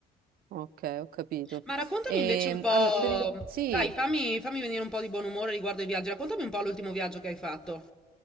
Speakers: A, on the right; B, in the centre.
A: Ok, ho capito.
B: Ma raccontami
A: E,
B: invece un po',
A: allora, per il- sì,
B: dai, Sì. fammi, fammi venire un po' di buon umore riguardo ai viaggi, raccontami un po' l'ultimo viaggio che hai fatto.